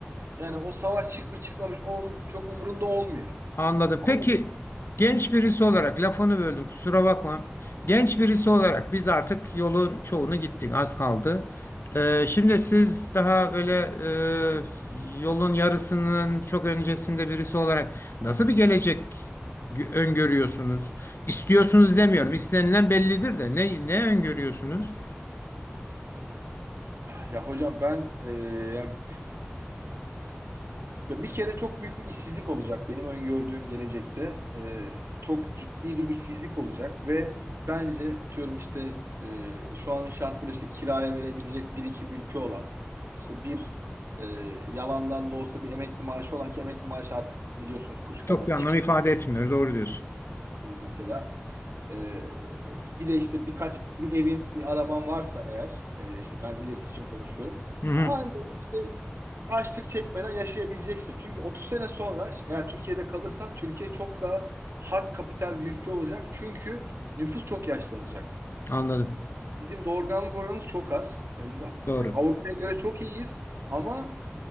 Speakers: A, on the right; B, on the left.
A: Yani o savaş çıkmış çıkmamış onun çok umurunda olmuyor.
B: Anladım.
A: Ama
B: Peki genç birisi olarak lafını böldüm kusura bakma. Genç birisi olarak biz artık yolun çoğunu gittik az kaldı. Ee, şimdi siz daha böyle e, yolun yarısının çok öncesinde birisi olarak nasıl bir gelecek gö- öngörüyorsunuz? İstiyorsunuz demiyorum. İstenilen bellidir de ne, ne öngörüyorsunuz?
A: ya hocam ben e, yani Ya bir kere çok büyük bir işsizlik olacak benim öngördüğüm gelecekte. Ee, çok ciddi bir işsizlik olacak ve bence atıyorum işte e, şu anın şartları işte kiraya verebilecek bir iki mülkü olan işte bir e, yalandan da olsa bir emekli maaşı olan ki emekli maaşı artık biliyorsunuz kuş kadar
B: Çok bir
A: hiçbir
B: anlam ifade
A: şey
B: etmiyor. Doğru diyorsun.
A: değil mesela. Ee, bir de işte birkaç bir evin bir araban varsa eğer e, işte ben ilerisi için konuşuyorum.
B: Hı hı.
A: Aynı böyle işte açlık çekmeden yaşayabileceksin. Çünkü 30 sene sonra eğer Türkiye'de kalırsan Türkiye çok daha hard kapital bir ülke olacak. Çünkü nüfus çok yaşlanacak.
B: Anladım.
A: Bizim doğurganlık oranımız çok az. Yani biz
B: Doğru.
A: yani Avrupa'ya göre çok iyiyiz ama